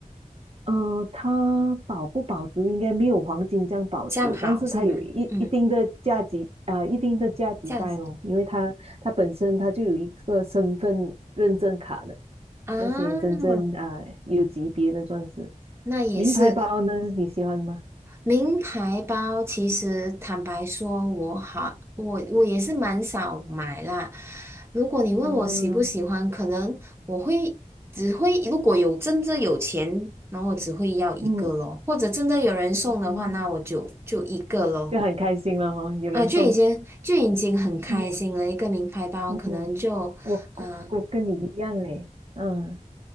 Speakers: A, on the right; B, on the right.
A: 嗯，它保不保值应该没有黄金这样保值，
B: 这样好是吗？
A: 但是它有一一定的价值啊、
B: 嗯，
A: 一定的价值在咯，
B: 这样子
A: 因为它它本身它就有一个身份认证卡的
B: 啊。
A: 那些真正啊、有级别的钻石，
B: 那也是
A: 名牌包呢你喜欢吗？
B: 名牌包。其实坦白说，我好，我我也是蛮少买啦。如果你问我喜不喜欢，
A: 啊，
B: 可能我会只会如果有真正有钱，然后我只会要一个咯，
A: 嗯
B: 或者真的有人送的话，
A: 嗯，
B: 那我就就一个咯。
A: 就很开心了哈、有人送，
B: 啊，就已经就已经很开心了。
A: 嗯
B: 一个名牌包可能就嗯、
A: 嗯，我我我跟你一样嘞，
B: 呃
A: 嗯。